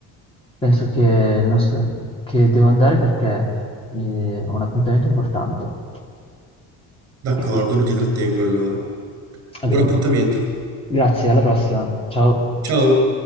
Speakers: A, on the left; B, on the right.
A: Penso che, il nostro- che devo andare perché eh, ho un appuntamento importante.
B: D'accordo,
A: Quindi,
B: non ti trattengo allora.
A: va
B: Buon
A: bene.
B: appuntamento.
A: Grazie, alla prossima. Ciao.
B: Ciao.